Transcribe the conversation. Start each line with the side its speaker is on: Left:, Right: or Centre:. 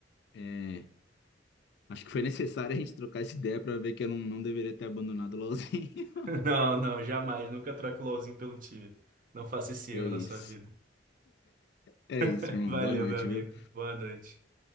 Left: É, Acho que foi necessário a gente trocar essa ideia para ver que eu não, não deveria ter abandonado o LoLzinho. <laughs>
Right: <laughs> Não, não, jamais. Nunca troque o LoLzinho pelo time. Não faça esse
Left: É
Right: erro
Left: isso.
Right: na sua vida.
Left: É isso,
Right: <laughs>
Left: irmão.
Right: Valeu,
Left: Boa noite,
Right: meu amigo.
Left: viu?
Right: Boa noite.